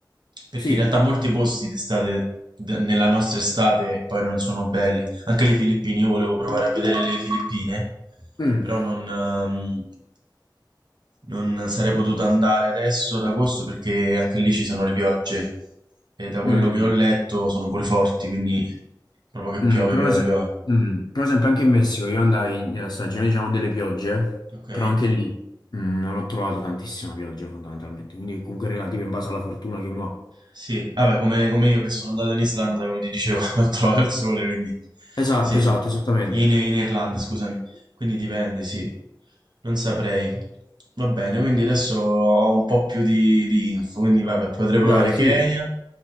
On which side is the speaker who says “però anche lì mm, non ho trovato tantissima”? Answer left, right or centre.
Left